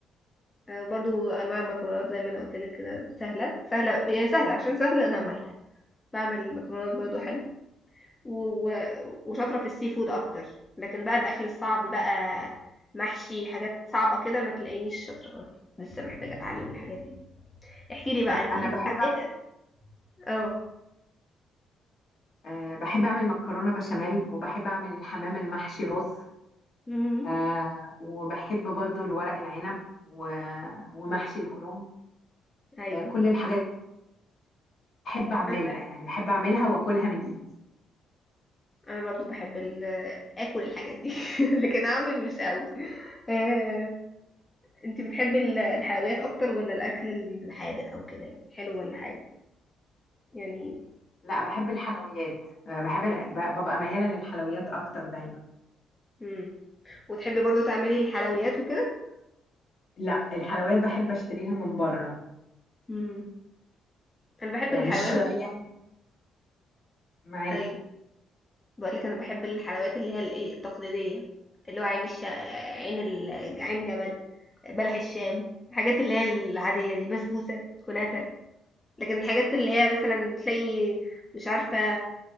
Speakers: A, on the left; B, on the left.
A: آه، برضو انواع المكرونات زي ما انا قلت لك كده سهلة سهلة هي سهلة عشان سهلة انا عملتها بعمل مكرونات برضو حلو و... و- وشاطرة في السي فود اكتر لكن بقى الاكل الصعب بقى محشي حاجات صعبة كده ما تلاقينيش شاطرة قوي لسه محتاجة اتعلم الحاجات دي احكي لي بقى
B: لا انا
A: انت انت
B: بحب
A: تعقدة اه
B: أه بحب أعمل مكرونة بشاميل وبحب أعمل الحمام المحشي رز
A: امم
B: أه وبحب برضو الورق العنب و- ومحشي الكرنب
A: ايوه
B: أه كل الحاجات بحب أعملها
A: انا
B: يعني بحب أعملها وأكلها من إيدي
A: انا برضو بحب ال- <laughs> اكل الحاجات دي <laughs> لكن اعمل مش قوي آه، انت بتحبي ال- <laughs> الحلويات اكتر ولا الاكل الحادق او كده يعني حلو ولا حادق يعني
B: لا بحب الحلويات أه بحب ب- ببقى ميالة للحلويات أكتر دايما
A: امم وتحبي برضو تعملي الحلويات وكده
B: لا الحلويات بحب أشتريها من بره
A: امم انا بحب
B: أه
A: الحلويات
B: مش يعني
A: الت-
B: معاكي
A: ايوه بقولك انا بحب الحلويات اللي هي الايه التقليديه اللي هو عين الش... عين ال... عين جمل بلح الشام الحاجات اللي هي العاديه دي بسبوسه كنافه لكن الحاجات اللي هي مثلا تلاقي مش عارفة